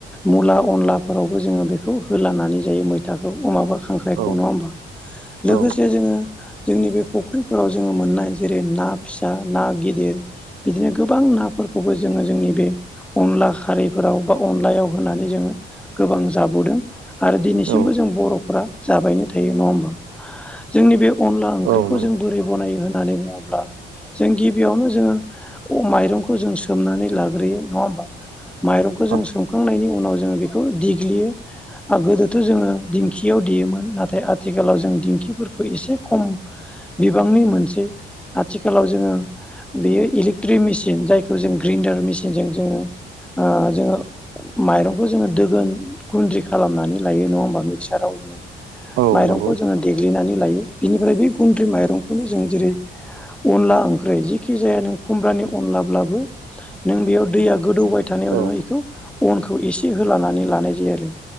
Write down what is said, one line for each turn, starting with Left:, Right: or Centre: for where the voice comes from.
Centre: मुला अनलाफोरावबो जोङो बेखौ होलानानै जायो मैथाखौ अ माबा। खांख्राइखौ
Right: औ
Centre: नङा होमबा लोगोसे
Right: औ
Centre: जोङो जोंनि बे फुख्रिफोराव जोङो मोन। मोननाय जेरै ना फिसा ना गिदिर बिदिनो गोबां नाफोरखौबो जोङो जोंनि बे। अनला खारैफोराव बा अनलायाव होनानै जोङो गोबां जाबोदों। आरो दिनैसिमबो
Right: औ
Centre: जों बर'फोरा जाबायनो थायो नङा होमबा जोंनि बे। अनला ओंख्रिखौ
Right: औ नंगौ
Centre: जों बोरै बनायो होननानै बुङोब्ला। जों गिबियावनो जोङो माइरंखौ जों सोमनानै लाग्रोयो नङा होमबा? माइरंखौ जों
Right: औ
Centre: सोमखांनायनि उनाव जोङो बेखौ देग्लियो आ गोदोथ' जोङो दिं खियाव देयोमोन नाथाय आथिखालाव जों दिंखिफोरखौ एसे खम बिबांनि मोनसेै आथिखालाव जोङो। बेयो इलेक्ट्रिक मेसिन जायखौ जों ग्रेन्डार मेसिनजों जोङो। ओ जोङो माइरंखौ जोङो दोगोन गुन्द्रि खालामनानै लायो नङा होमबा। साराव जोङो
Right: औ
Centre: माइरंखौ
Right: नंगौ
Centre: जोङो देग्लिनानै लायो। बिनिफ्राय बे गुन्द्रि माइरंखौनो जों जेरै। अनला ओंख्रि जिखि जाया नों खुमब्रानि अनलाब्लाबो नों बेयाव दैया। गोदौबाय थानायाव
Right: औ
Centre: नोङो इखौ अनखौ एस होलानानै लानाय जायो आरो